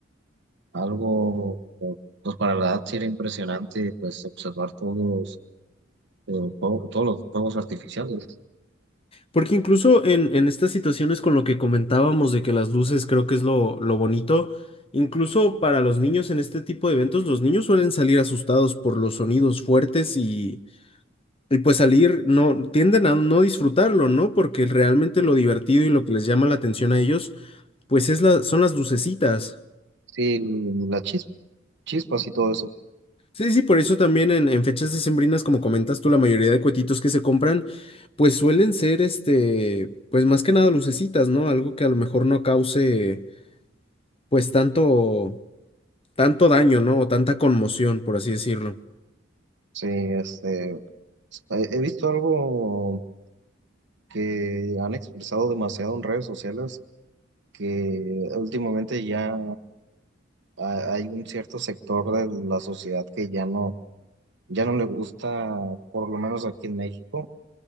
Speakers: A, on the right; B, on the left.
A: algo, pues para la edad sí era impresionante, pues observar todos pero juego- todos los juegos artificiales.
B: Porque incluso en, en estas situaciones con lo que comentábamos de que las luces creo que es lo, lo bonito, incluso para los niños en este tipo de eventos, los niños suelen salir asustados por los sonidos fuertes y, y pues salir, no, tienden a no disfrutarlo, ¿no? Porque realmente lo divertido y lo que les llama la atención a ellos, pues es la, son las lucecitas.
A: Sí, las chis- chispas y todo eso.
B: Sí, sí, por eso también en, en fechas decembrinas, como comentas tú, la mayoría de cuetitos que se compran, pues suelen ser, este, pues más que nada lucecitas, ¿no? Algo que a lo mejor no cause, pues tanto, tanto daño, ¿no? O tanta conmoción, por así decirlo.
A: Sí, este, he he visto algo que han expresado demasiado en redes sociales, que últimamente ya ha- hay un cierto sector de la sociedad que ya no, ya no le gusta, por lo menos aquí en México,